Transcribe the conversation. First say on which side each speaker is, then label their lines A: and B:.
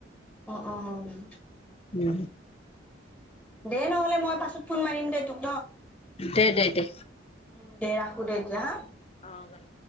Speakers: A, in the centre; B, on the left.
A: অ', অ'
B: উ
A: দে নহ'লে মই পাছত ফোন মাৰিম দে তোক
B: দে দে দে
A: উ দে ৰাখো দে এতিয়া হা
B: আহ ভাই